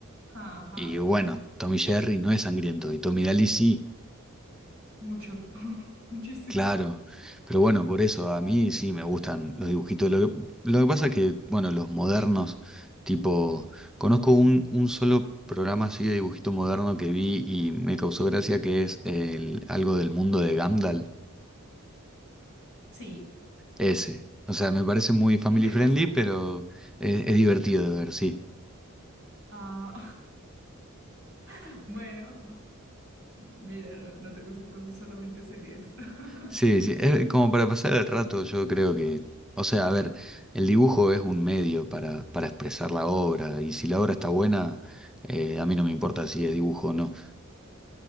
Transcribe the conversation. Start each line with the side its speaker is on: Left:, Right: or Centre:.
Right: Ajá.
Centre: Y bueno, Tommy Jerry no es sangriento y Tommy Daly sí.
Right: Mucho, <laughs> muchísimo.
Centre: Claro, pero bueno, por eso a mí sí me gustan los dibujitos. Lo que, lo que pasa es que, bueno, los modernos, tipo, conozco un, un solo programa así de dibujito moderno que vi y me causó gracia que es el, algo del mundo de Gandalf,
Right: Sí.
Centre: ese. O sea, me parece muy family
Right: ¿Y te
Centre: friendly,
Right: gusta?
Centre: pero es, es divertido de ver, sí.
Right: Ah, <laughs> bueno, mira, no, no te gustan cosas solamente serias. <laughs>
Centre: Sí, sí, es como para pasar el rato, yo creo que, o sea, a ver, el dibujo es un medio para, para expresar la obra y si la obra está buena, eh, a mí no me importa si es dibujo o no.